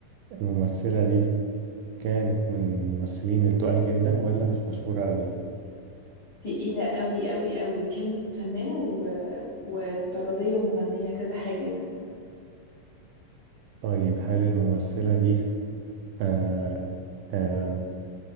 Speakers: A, on the right; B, on the left.
A: الممثلة دي كانت من الممثلين التقال جدا ولا مش مشهورة قوي؟
B: تقيلة قوي قوي قوي وكانت فنانة و... واستعراضية ومغنية كذا حاجة يعني
A: طيب هل الممثلة دي آه آم،